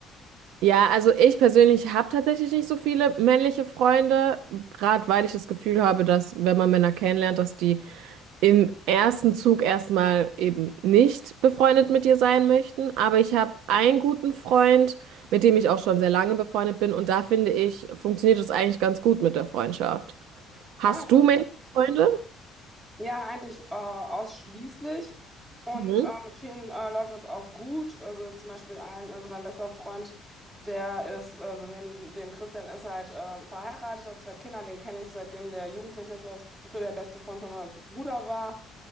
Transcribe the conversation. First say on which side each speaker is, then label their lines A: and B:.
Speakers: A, on the right; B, on the right.
A: Ja, also ich persönlich habe tatsächlich nicht so viele männliche Freunde, gerade weil ich das Gefühl habe, dass wenn man Männer kennenlernt, dass die im ersten Zug erstmal eben nicht befreundet mit dir sein möchten. Aber ich habe einen guten Freund, mit dem ich auch schon sehr lange befreundet bin und da finde ich, funktioniert es eigentlich ganz gut mit der Freundschaft. Hast
B: Ah, ja.
A: du männliche Freunde?
B: Ja, eigentlich äh, ausschließlich. Und
A: Mhm.
B: äh, mit vielen äh, läuft das auch gut. Also zum Beispiel ein, also mein bester Freund, der ist, also neben dem Christian ist halt äh, verheiratet, hat zwei Kinder, den kenne ich seitdem der Jugendliche ist, weil er früher der beste Freund von meinem Bruder war.